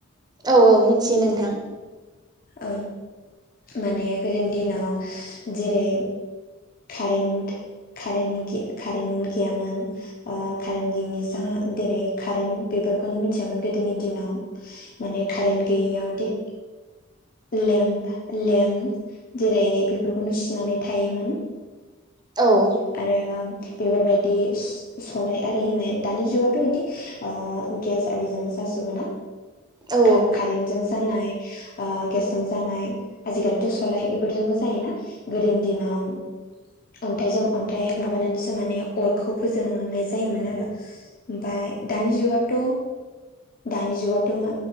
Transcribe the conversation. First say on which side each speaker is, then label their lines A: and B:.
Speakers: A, on the right; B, on the left.
A: औ औ मिथियो नोंथां।
B: औ माने गोदोनि दिनाव जेरै कारेन्ट कारेन्ट कारेन्ट गैयामोन। अ कारेेनट गैयिनि जा जेरै कारेन्ट बेफोरखौनो मिथियामोन गोदोनि दिनाव। माने कारेन्ट गैयियाव दि लेम्प प लेम्प जेरै बेफोरखौनो सुनानै थायोमोन।
A: औ
B: आरो आं बेफोरबायदि सलाय आरि होननाय दानि जुगावथ' बिदि ओ गेस आरिजों जाजोबो ना
A: औ
B: का-कारेन्टजों जानाय ओ गेसजों जानाय आजिखालिथ' सलाय बेफोरजोंबो जायोना गोदोनि दिनाव अन्थाइजों अन्थाइ माबानानैसो माने अरखौ फोजोंनाय जायोमोन आरो। ओमफ्राय दानि जुगावथ' दानि जुगावथ' मा